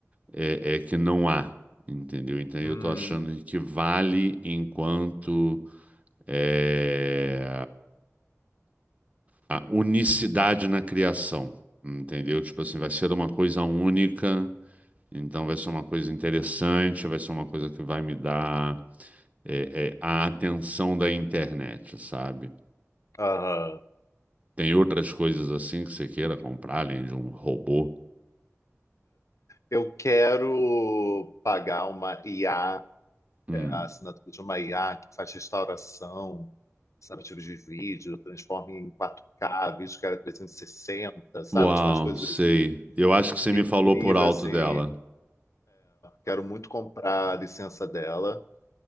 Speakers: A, on the right; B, on the left.
A: é, é que não há, entendeu? Então eu
B: Hum.
A: estou achando que vale enquanto é, a unicidade na criação, entendeu? Tipo assim, vai ser uma coisa única, então vai ser uma coisa interessante, vai ser uma coisa que vai me dar é, é, a atenção da internet, sabe?
B: Aham.
A: Tem outras coisas assim que você queira comprar, além de um robô?
B: Eu quero pagar uma IA, a
A: Hum.
B: a assinatura de uma IA que faz restauração, sabe, tipo de vídeo, transforma em quatro k vídeo que era 360, sabe,
A: Uau,
B: tipo umas coisas
A: sei.
B: assim,
A: Eu acho que você
B: que
A: me
B: é incrível,
A: falou por alto
B: assim.
A: dela.
B: Quero muito comprar a licença dela.